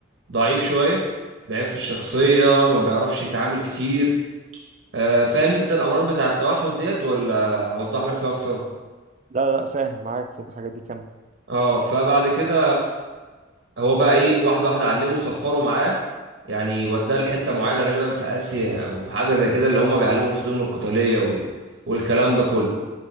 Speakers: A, on the right (about 65°); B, on the right (about 35°).
A: ضعيف شويه ضعيف في الشخصيه ما بيعرفش يتعامل كتير آه، فاهم انت الامراض بتاع التوحد ديت ولا اوضح لك فيها اكتر
B: لا لا فاهم معاك في الحاجات دي كم
A: اه فبعد كده هو بقى ايه واحده واحده علمه صفروا معاه يعني وداه لحته معينه غالبا في اسيا او في حاجه زي كده اللي هم بيعلموا الفنون القتاليه وال... والكلام ده كله